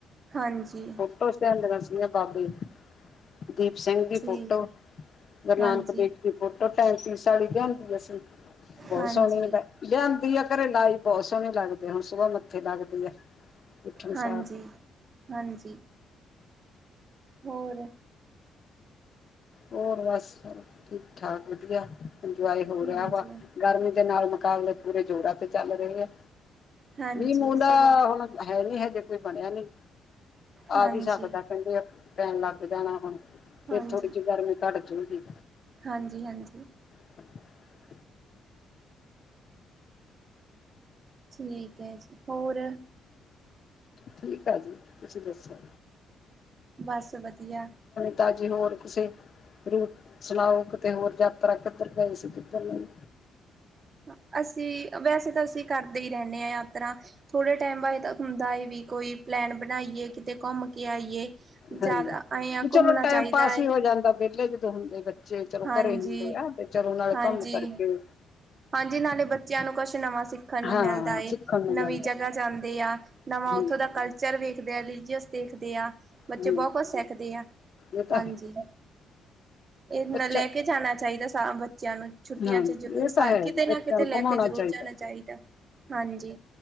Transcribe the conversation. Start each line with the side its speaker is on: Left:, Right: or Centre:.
Right: ਹਾਂਜੀ
Left: ਫੋਟੋ ਸੈਂਡ ਕਰਨਾ ਸੀ ਬੰਬੇ ਦੀਪ ਸਿੰਘ ਦੀ
Right: ਜੀ
Left: ਫੋਟੋ ਗੁਰੂ
Right: ਹਾਂਜੀ
Left: ਨਾਨਕ ਦੇਵ ਦੀ ਫੋਟੋ ਟੈਂਤੀਸ <unintelligible> ਲਿਆਂਦੀਆ ਸੀ ਬਹੁਤ
Right: ਹਾਂਜੀ
Left: ਸੋਹਣੀ ਲਿਆਂਦੀ ਆ ਘਰੇ ਲਈ ਬਹੁਤ ਸੋਹਣੇ ਲੱਗਦੇ ਹੁਣ ਸੁਬਾਹ ਮ ਮੱਥੇ ਲੱਗਦੀ ਆ। ਉੱਠਣ ਸਾਰ
Right: ਹਾਂਜੀ ਹਾਂਜੀ ਹੋਰ
Left: ਹੋਰ ਬਸ ਠੀਕ ਠਾਕ ਵਧੀਆ ਇੰਜੋਏ ਹੋ
Right: ਹਾਂਜੀ
Left: ਰਿਹਾ ਵਾ ਗਰਮੀ ਦੇ ਨਾਲ ਮੁਕਾਬਲੇ ਪੂਰੇ ਜ਼ੋਰਾਂ ਤੇ ਚੱਲ ਰਹੇ ਆ
Right: ਹਾਂਜੀ
Left: ਵੀ ਮੂੰਹ <unintelligible> ਦਾ
Right: ਚਲੋ
Left: ਹੁਣ ਹੈ ਨੀ ਹਜੇ ਕੋਈ ਬਣਿਆ ਨੀ
Right: ਹਾਂਜੀ
Left: ਆ ਵੀ ਸਕਦਾ ਕਹਿੰਦੇ ਪੈਣ ਲੱਗ ਜਾਣਾ ਹੁਣ
Right: ਹਾਂਜੀ।
Left: ਫਿਰ ਥੋੜ੍ਹੀ ਜਿਹੀ ਗਰਮੀ ਘੱਟ ਜਾਊਗੀ।
Right: ਹਾਂਜੀ ਹਾਂਜੀ
Left: <inaudible>
Right: ਠੀਕ ਹੈ ਜੀ ਹੋਰ
Left: ਠੀਕ ਆ ਜੀ ਤੁਸੀਂ ਦੱਸੋ।
Right: ਬਸ ਵਧੀਆ
Left: ਤਾਜੀ ਹੋਰ ਕਿਸੇ ਰੂਟ ਸੁਣਾਓ ਕਿਤੇ ਹੋਰ ਯਾਤਰਾ ਕਿੱਧਰ ਗਏ ਸੀ ਕਿੱਧਰ ਨਈ
Right: <inaudible> ਅਸੀਂ ਵੈਸੇ ਤਾਂ ਅਸੀਂ ਕਰਦੇ ਹੀ ਰਹਿੰਨੇ ਆ ਯਾਤਰਾ ਥੋੜੇ ਟਾਈਮ ਬਾਅਦ ਹੁੰਦਾ ਏ ਵੀ ਕੋਈ ਪਲੈਨ ਬਣਾਈਏ ਕਿਤੇ ਘੁੰਮ ਕੇ ਆਈਏ। ਜ਼ਿਆਦਾ
Left: ਹਾਂਜੀ,
Right: ਐ ਆ
Left: ਵੀ ਚਲੋ
Right: ਘੁੰਮਣਾ
Left: ਟਾਈਮ
Right: ਚਾਹੀਦਾ
Left: ਪਾਸ
Right: ਹੈ
Left: ਵੀ ਹੋ ਜਾਂਦਾ ਵਿਹਲੇ ਜਦੋਂ ਹੁੰਦੇ ਬੱਚੇ। ਜੇ ਚਲੋ
Right: ਹਾਂਜੀ
Left: ਘਰੇ ਹੁੰਦੇ ਆ ਤੇ ਚਲੋ ਨਾਲੇ
Right: ਹਾਂਜੀ
Left: ਘੁੰਮ-ਫਿਰ ਕੇ
Right: ਹਾਂਜੀ ਨਾਲੇ ਬੱਚਿਆਂ ਨੂੰ ਕੁਛ ਨਵਾਂ ਸਿੱਖਣ ਨੂੰ
Left: ਹਾਂ
Right: ਮਿਲਦਾ ਏ
Left: ਸਿੱਖਣ ਨੂੰ ਮਿਲਦਾ
Right: ਨਵੀਂ ਜਗ੍ਹਾ ਜਾਂਦੇ ਆ ਨਵਾਂ
Left: ਹਾਂਜੀ
Right: ਉੱਥੋਂ ਦਾ ਕਲਚਰ ਵੇਖਦੇ ਆ ਰਿਲੀਜੀਅਸ ਦੇਖਦੇ ਆ ਬੱਚੇ
Left: ਹਮ
Right: ਬਹੁਤ ਕੁਛ ਸਿੱਖਦੇ ਆ,
Left: ਇਹ ਤਾਂ
Right: ਹਾਂਜੀ।
Left: ਹੈ
Right: ਇਹ ਨਾ
Left: ਬੱਚਾ
Right: ਲੈ ਕੇ ਜਾਣਾ ਚਾਹੀਦਾ ਸਾ ਬ ਬੱਚਿਆਂ ਨੂੰ ਛੁੱਟੀਆਂ
Left: ਹਾਂ
Right: 'ਚ ਜ਼ਰੂਰ
Left: ਇਹ
Right: ਸ
Left: ਤਾਂ ਹੈ
Right: ਕਿਤੇ ਨਾ
Left: ਬੱਚਿਆਂ
Right: ਕਿਤੇ
Left: ਨੂੰ
Right: ਲੈ
Left: ਘੁਮਾਉਣਾ
Right: ਕੇ ਜ਼ਰੂਰ
Left: ਚਾਹੀਦਾ
Right: ਜਾਣਾ ਚਾਹੀਦਾ ਹਾਂਜੀ।